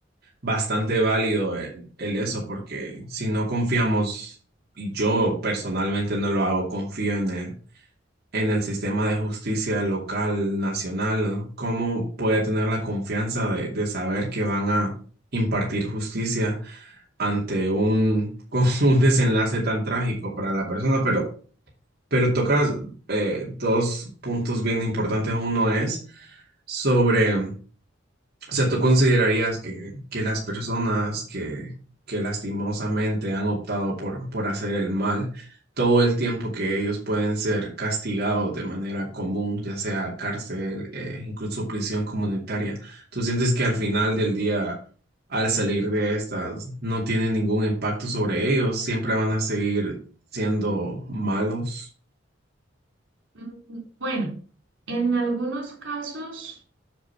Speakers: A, on the right (about 55°); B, on the right (about 80°).
A: bastante válido el, el eso, porque si no confiamos, y yo personalmente no lo hago, confío en el, en el sistema de justicia local, nacional, ¿cómo puede tener la confianza de, de saber que van a impartir justicia ante un, <laughs> con un desenlace tan trágico para la persona? Pero, pero tocas eh, dos puntos bien importantes. Uno es sobre o sea, ¿tú considerarías que, que las personas que, que lastimosamente han optado por, por hacer el mal, todo el tiempo que ellos pueden ser castigados de manera común, ya sea cárcel, eh, incluso prisión comunitaria, ¿tú sientes que al final del día, al salir de estas, no tiene ningún impacto sobre ellos? ¿Siempre van a seguir siendo malos?
B: Mm, Bueno, en algunos casos...